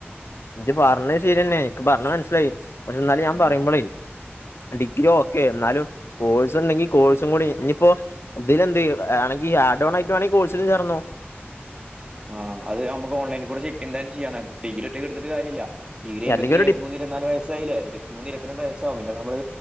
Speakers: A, on the left; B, on the right.
A: <unintelligible> പറഞ്ഞത് ശരിയന്നെ എനിക്ക് പറഞ്ഞഞ് മനസ്സിലായി പക്ഷെ എന്നാൽ ഞാൻ
B: ആ
A: പറയുമ്പോളേയ് ഡിഗ്രി ഓക്കെ എന്നാലും കോഴ്സ് ഉണ്ടെങ്കി കോഴ്സും കൂടി ഇനിപ്പോ ഇതിലെന്ത് <unintelligible> <unintelligible> ആയിട്ട് വേണെങ്കിൽ കോഴ്സിൽ ചേർന്നോ
B: ആഹ് അത് നമുക്ക്ഓലൈനിൽ കൂ ചെക്ക് എന്തായാലും ചെയ്യണം ഡിഗ്രി ഒറ്റക്ക് ഇട്ത്ത്ട്ട് കാര്യല്ല ഡിഗ്രികയ്യുമ്പോതിൻ
A: അല്ലെങ്കിൽ ഒരു
B: ഇരുബത്തി
A: ഡി
B: മൂന്ന് ഇരുബത്തി നാല് വയസായില്ലേ ഇരുപത്തി മൂന്ന് ഇരുപത്തി രണ്ട് വയസ് പ്പൊ നമ്മള്